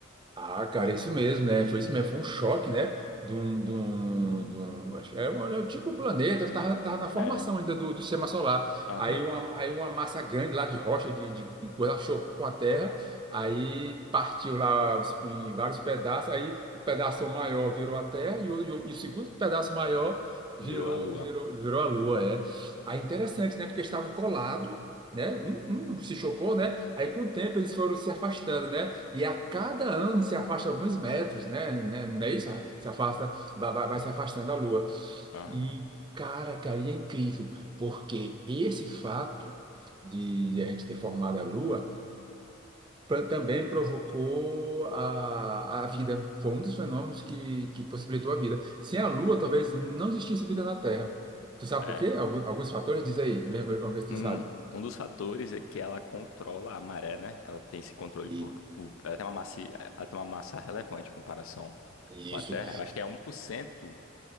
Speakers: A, on the right (about 20°); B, on the left (about 80°).
A: Ah, cara, isso mesmo, né? Foi isso mesmo, foi um choque, né? De um, de um, de um, acho que era, um- era um tipo um planeta, ele tava, tava na formação
B: É,
A: ainda do, do sistema solar.
B: aham,
A: Aí uma, aí uma massa grande lá de rocha, de, de, de coisa, chocou com a Terra, aí partiu lá os- em vários pedaços, aí o pedaço maior virou a Terra e o, e o, e o segundo pedaço maior virou,
B: virou a Lua.
A: virou, virou a Lua, é. Aí interessante, né? Porque estava colado, né? Um, um se chocou, né? Aí com o tempo eles foram se afastando, né? E a cada ano se afasta alguns metros, né? né? Não é isso? Se afasta, vai, vai- vai se afastando da Lua.
B: Aham,
A: E, cara, cara, e é incrível, porque esse fato de de a gente ter formado a Lua pra- também provocou a, a vida. Foi um dos fenômenos que, que possibilitou a vida. Sem a Lua, talvez não existisse vida na Terra. Tu sabe
B: é.
A: por quê? Alguns, alguns fatores? Diz aí, vamos ver vamos ver se tu
B: Um,
A: sabe.
B: um dos fatores é que ela controla a maré, né? Ela tem esse controle
A: E-
B: por, por- ela tem uma massa, ela tem uma massa relevante em comparação
A: Isso.
B: com a Terra. Eu acho que é um por cento.